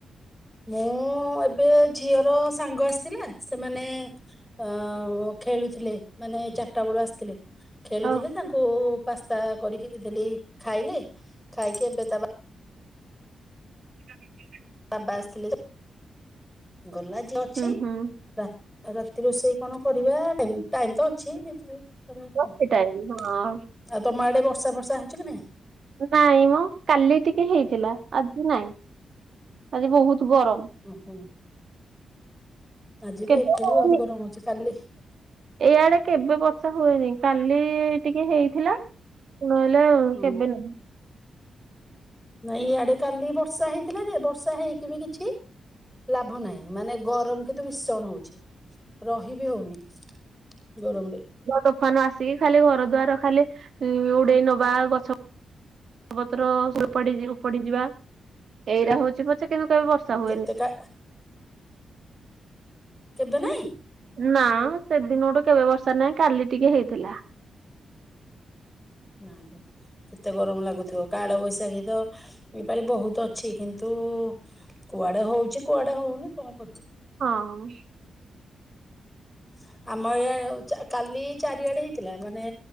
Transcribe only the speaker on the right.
ଓ
ାେ <unintelligible>
ହୁଁ ହୁଁ।
ରାତି ଟାଇମ। ହଁ
ନାଇଁ ମୋ କାଲି ଟିକେ ହେଇଥିଲା ଆଜି ନାଇଁ ଆଜି ବହୁତ ଗରମ।
କେତେ
ଏଇଆଡେ କେବେ ବର୍ଷା ହୁଏନି କାଲି ଟିକେ ହେଇଥିଲା। ହଲା
କେବେ ନ
ତୋଫାନ ଆସିକି ଖାଲି ଘର ଦ୍ବାର ଖାଲି ଉଡେଇ ନବା ଗଛ ଗଛ ପତ୍ରଡି ଉପାଡିଯିବା ଏଇରା ହଉଛି ପଛେ କିନ୍ତୁ କେବେ ବର୍ଷା
ହୁଏନି।
ନା ସେଦିନ ଗୋଠୁ କେବେ ବର୍ଷା ନାହିଁ କାଲି ଟିକେ ହେଇଥିଲା
ହଁ।